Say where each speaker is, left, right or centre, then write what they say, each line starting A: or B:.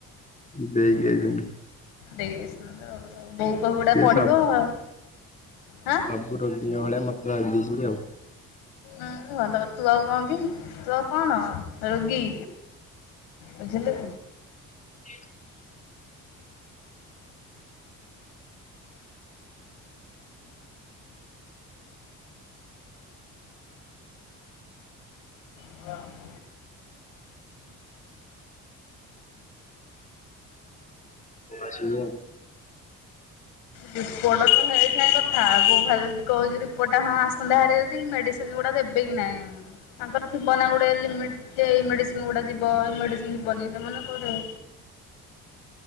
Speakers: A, on the left (about 20°); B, on the left (about 85°).
A: ଦେଇକି ଯାଇଛନ୍ତି।
B: ଦେଇ ଆସିବ ବୋଉ କଗୁଡା
A: ସିଏ
B: ପଢିବ ଆଉ ହାଁ।
A: ଗୋଟେ ଦିଅଁ ଭଳିଆ ମୋତେ ଭାଭି ଦେଇଛନ୍ତି ଆଉ।
B: ଉୁଁ ଭଲ ତୁ ଆଉ କଣ କି ତୁ ଆଉ କଣ ରୋଗୀ? ବୁଝିଲୁ।
A: କିଏ?
B: <inaudible>
A: <inaudible> ସିଏ।
B: ରିପୋର୍ଟ ତ ହେଇଥାଇ କଥା ବୋଉ ଖାଲି କହୁଛି, ରିପୋର୍ଟା ହଁ ଆସନ୍ତା ହେଲେ ଯଦି ମେଡ଼ିସିନ୍ ଗୁଡ଼ା ଦେ ବି କି ନାଇଁ ତାଙ୍କର ଥିବ ନା ଗୋଟେ ଲିମିଟ୍ ଏଇ ମେଡିସିନ୍ ଗୁଡା ଯିବ, ଏଇ ମେଡିସିନ ଯିବନି। ସେମାନେ କୋଉଠି।